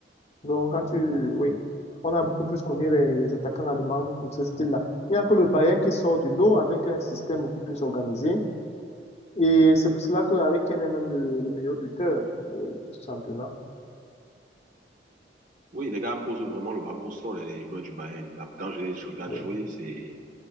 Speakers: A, on the left (about 35°); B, on the right (about 50°).
A: Donc,
B: Oui.
A: quand tu, oui, on a beaucoup plus connu les, les attaquants allemands pour ce style-là. Il n'y a que le Bayern qui sort du lot avec un système beaucoup plus organisé. Et c'est pour cela qu'avec Kane est même le, le meilleur buteur euh, du championnat.
B: Oui, les gars posent vraiment le ballon au sol, les les joueurs du Bayern. Là, quand je les je regarde
A: Oui,
B: jouer, c'est...